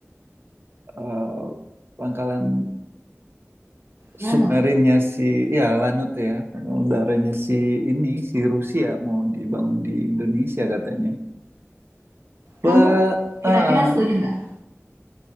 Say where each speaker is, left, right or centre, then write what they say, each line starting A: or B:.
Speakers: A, on the right (about 50°); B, on the right (about 75°).
A: eh, pangkalan
B: Lano,
A: submarinnya si ya Lanut ya, pangkalan udaranya si ini si Rusia mau dibangun di Indonesia katanya. Wah,
B: kamu
A: ah,
B: kira-kira setuju nggak?